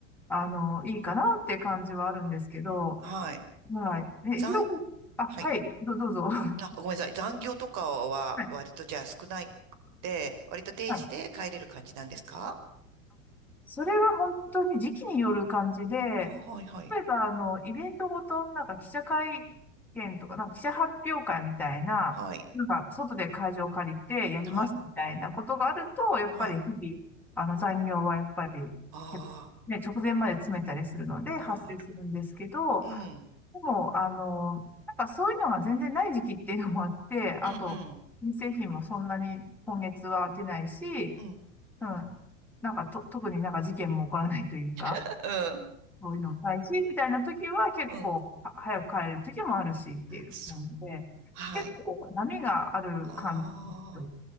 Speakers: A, in the centre; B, on the right.
A: あの、いいかなって感じはあるんですけど、
B: はい。
A: はい。え、
B: 残、
A: ひろこ、あ、
B: はい。
A: はい、ど、どうぞ。<laughs> は
B: あ、ごめんなさい。残業とかは割とじゃあ少ないくて、
A: い、
B: 割と定時で帰れる感じなんですか
A: はい。それは本当に時期による感じで、例えば、
B: あ、はい、はい。
A: あの、イベントごと、なんか記者会見とか、なんか記者発表会みたいな、
B: はい、
A: なんか外で会場を借りてやりますみたいなことがあると、
B: はい、
A: やっぱり日々、
B: はい。
A: あの残業はやっぱり、
B: あ
A: 結構ね、直前まで詰めたりするので発生するんですけど、
B: あ、なる。うん、うん、
A: でも、あの、なんかそういうのが全然ない時期っていうのもあって、あと、
B: うん、
A: 人製品もそんなに今月は出ないし、
B: うん、
A: うん。なんかと、特になんか事件も起こらないというか、
B: <laughs> うん、
A: そういうのもないし、みたいな時は結構は早く帰れる時もあるしっていう感じで、
B: うん。そう、はい。
A: 結構波がある感じなんですよ。
B: ああ。